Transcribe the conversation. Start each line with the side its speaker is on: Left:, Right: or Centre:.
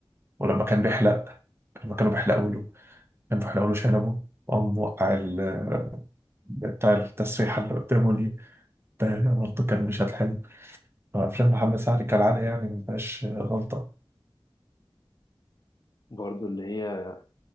Right: ولما كان بيحلق لما كانوا بيحلقوا له كانوا بيحلقوا له شنبه وقام وقع ال- بتاع التسريحة اللي قدامه دي ده برضه كان مشهد حلو أفلام محمد سعد كالعادة يعني ما فيهاش غلطة
Left: برضه اللي هي